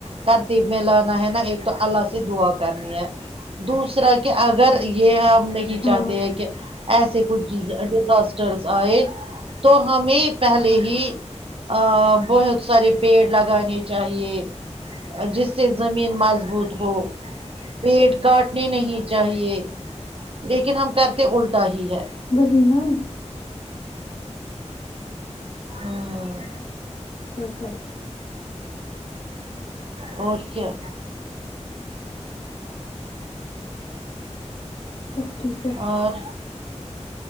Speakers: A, on the right; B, on the left.
A: ترتیب میں لانا ہے نا ایک تو اللہ سے دعا کرنی ہے دوسرا کہ اب اگر یہ ہم نہیں
B: ہاں
A: چاہتے ہیں کہ ایسے کچھ ڈیزاسٹرس آئے تو ہمیں پہلے ہی ا بہت سارے پیڑ لگانے چاہیے جس سے زمین مضبوط ہو پیڑ کاٹنے نہیں چاہیے لیکن ہم کرتے الٹا ہی ہے
B: وہی نا
A: ہوں
B: کیا کرے
A: اور کیا
B: تفریق
A: اور